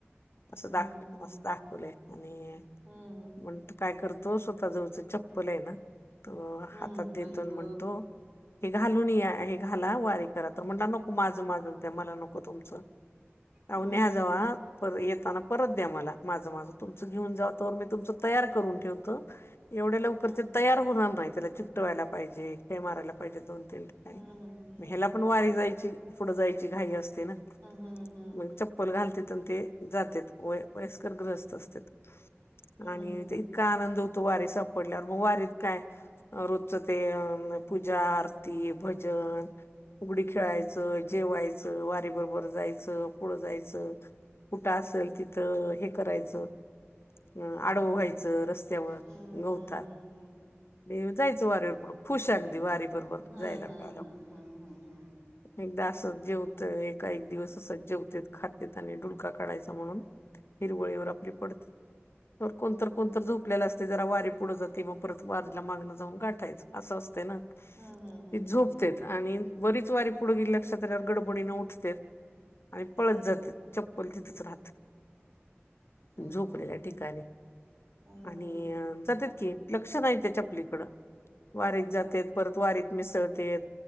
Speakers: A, on the left (about 60°); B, on the right (about 65°).
A: असं
B: हम्म
A: दाखलय
B: हम्म हम्म
A: मस्त दाखवलय? आणि
B: हम्म हम्म हम्म
A: मग तो काय करतो स्वतः जवळचं चप्पल आहे ना तो हातात
B: हम्म
A: देतो
B: आई
A: आणि
B: ग
A: म्हणतो हे घालून या घाला वारी करा तर म्हटला नको माझं माझं द्या मला नको तुमचं. आओ
B: हम्म
A: न्या जावा पर येताना परत द्या मला माझं माझं. तुमचं घेऊन जाव तवर मी तुमच तयार करून ठेवतो एवढ्या लवकर
B: हम्म
A: ते तयार होणार नाही त्याला त्या टवायला पाहिजे खिळे मारयला पाहिजे दोन तीन ठिकाणी
B: हम्म
A: मी ह्याला पण वारी जायची पुढ जायची घाई असते ना
B: हम्म हम्म हम्म
A: मग चप्प चप्पल
B: हम्म
A: घालत्यात ते जात्यात. व वयस्कर ग्रस्त असत्यात,
B: हम्म
A: आणि ते इतका आनंद होतो वारी सापडल्यावर. मग वारीत काय? रोजचं ते पूजा, आरती, भजन फुगडी खेळायचं,
B: हम्म
A: जेवायचं, वारी बरोबर जायचं, पुढं जायचं. कुठं असेल तिथं हे करायचं ह आडव व्हायचं रस्त्यावर,
B: हम्म
A: गवतात.
B: हम्म
A: <inaudible> आणि जायचं वारीवर पुढं, खुश अगदी वारी बरोबर
B: हा
A: जायला
B: हा
A: मिळालं
B: हा हा हा हा.
A: एकदा असं जेवतय एका एक दिवस असं जेवत खातेत, आणि डूलका काढायचा म्हणून हिरवळीवर आपली पडतं. कोणतर,
B: हम्म
A: कोणतर झोपल्यालं असत ते जरा वारी पुढं जाते, मग परत वारीला मागणं जाऊन गाठायचं. असं असतय ना.
B: हम्म हम हम्
A: ती झोपतेत
B: हम.
A: आणि बरीच वारी पुढं गेली, लक्षात अआल्यावर गडबडीनं उठत्यात आणि पळत
B: हम्म
A: जात्यात. चप्पल तिथंच राहत
B: हम्म हम्म हम्म हम्म आई
A: झोपलेल्या
B: गं
A: ठिकाणी.
B: हम्म
A: आणि
B: हम्म
A: जातात की लक्ष नाही त्याच्या चपलीकडं. वारीत जातेत, परत वारीत मिसळतेत.